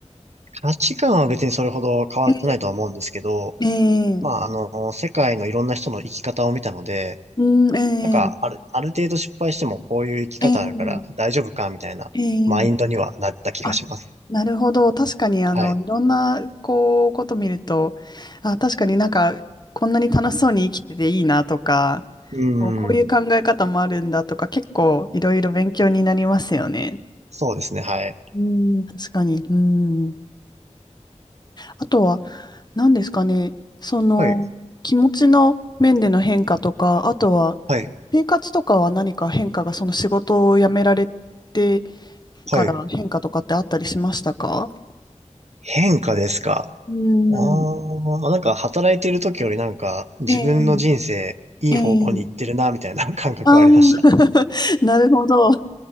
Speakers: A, on the right; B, on the left.
A: 価値観は別にそれほど変わってないとは思うんですけど、
B: ええ
A: まあ、
B: ええ
A: あの、世界のいろんな人の生き方を見たので、
B: うん、
A: なんか、
B: ええ
A: ある、ある程度失敗してもこういう生き方あるから大丈夫か、
B: ええ
A: みたいなマインドにはなった気がします。
B: ええあ、なるほど。確かに、あの、
A: はい。
B: いろんな、こう、こと見ると、あ、確かになんか、こんなに楽しそうに生きてていいなとか、
A: うーん。
B: こういう考え方もあるんだとか、結構いろいろ勉強になりますよね。
A: そうですね、はい。
B: うん、確かに。うん。あとは、何ですかね。その、
A: はい、
B: 気持ちの面での変化とか、あとは、
A: はい、
B: 生活とかは何か変化が、その仕事を辞められて
A: はい。
B: から変化とかってあったりしましたか
A: 変化ですか。
B: うん、
A: ああなんか働いてる時よりなんか自分の人生いい方向に行ってるな、
B: ええ、ええ、
A: みたいな感覚はありました。
B: ああ、<laughs> なるほど。